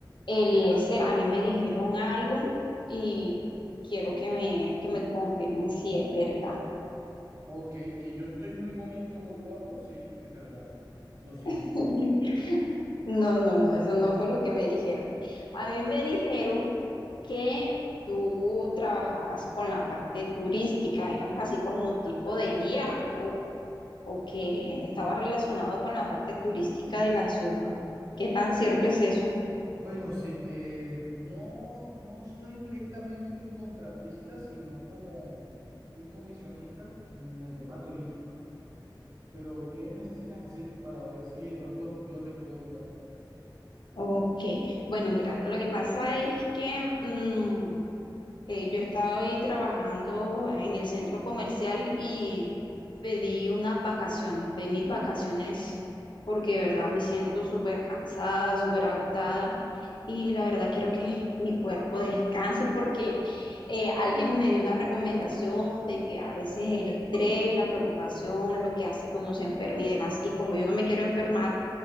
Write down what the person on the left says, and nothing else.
Eliezer, a mí me dijeron algo y quiero que me, que me confirmen si es verdad.
<laughs> No, no, no, eso no fue lo que me dijeron. A mí me dijeron que tú trabajabas con la parte turística, eras así como tipo de guía o, o que estabas relacionado con la parte turística de la ciudad. ¿Qué tan cierto es eso?
Ok, bueno, mira, lo que pasa es que mm, Eh, yo estaba hoy trabajando en el centro comercial y pedí unas vacaciones, pedí mis vacaciones porque de verdad me siento súper cansada, súper agotada y la verdad quiero que mi cuerpo descanse porque eh, alguien me dio una recomendación de que a veces el estrés, la preocupación, lo que hace que uno se enferme y demás. Y como yo no me quiero enfermar,